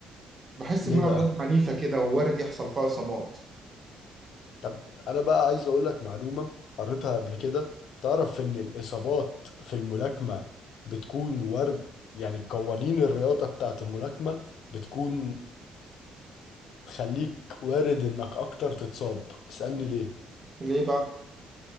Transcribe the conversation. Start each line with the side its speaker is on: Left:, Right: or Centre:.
Right: بحس
Left: ليه
Right: انها
Left: بقى
Right: رياضه عنيفه كده ووارد يحصل فيها اصابات
Left: طب انا بقى عايز اقول لك معلومة قريتها قبل كده تعرف ان الاصابات في الملاكمة بتكون وارد يعني قوانين الرياضة بتاعت الملاكمة بتكون تخليك وارد انك اكتر تتصاب اسألني ليه
Right: ليه بقى